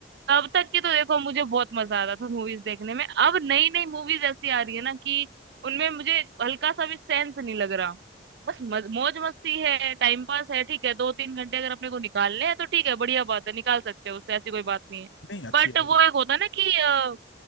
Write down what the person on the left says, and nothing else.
नहीं अच्छी
है देखो